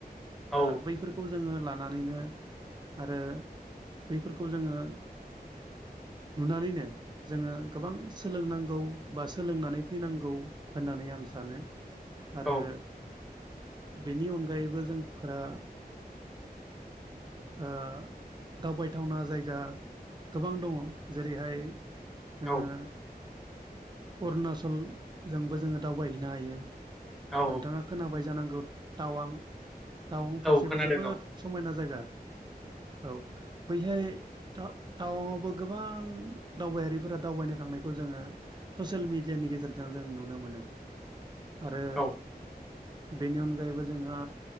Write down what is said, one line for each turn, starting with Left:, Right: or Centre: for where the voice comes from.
Centre: औ
Right: दा बैफोर खौ जोङो लानानैनो आरो बैफोरखौ जोङो नुनानैनो जोङो गोबां सोलोंनांगौ बा सोलोंनानै फैनांगौ होननानै आं सानो आरो
Centre: औ
Right: बेनि अनगायैबो जोंफोरा ओ दावबायथावना जायगा गोबां दङ जेरैहाय जोङो
Centre: औ
Right: अरुणाचलजोंबो जोङो दावबायहैनो हायो
Centre: औ
Right: नोंथाङा खोनाबाय जानांगौ टावां टावां फारसेबो
Centre: औ खोनादों
Right: जोबोद
Centre: औ
Right: समायना जायगा औ बैहाय टा टावाङावबो गोबां दावबायारिफोरा दावबायनो थांनायखौ जोङो ससेल मिडियानि गेजेरजों जों नुनो मोनो आरो
Centre: औ
Right: बेनि अनगायैबो जोंहा